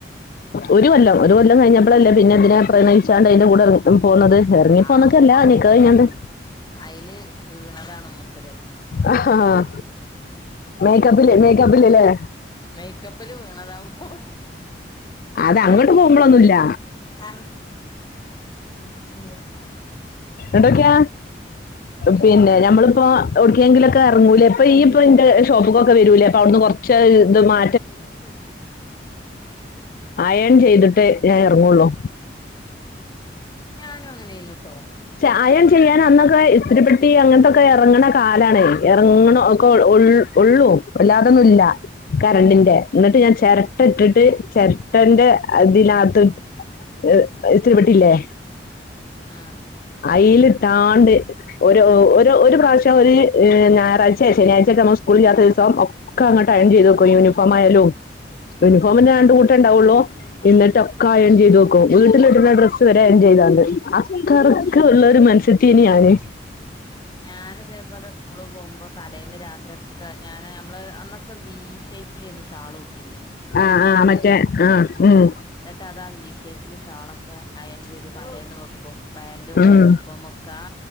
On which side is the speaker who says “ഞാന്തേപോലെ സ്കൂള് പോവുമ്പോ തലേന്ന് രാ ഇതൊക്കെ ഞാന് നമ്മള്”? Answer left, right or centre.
Left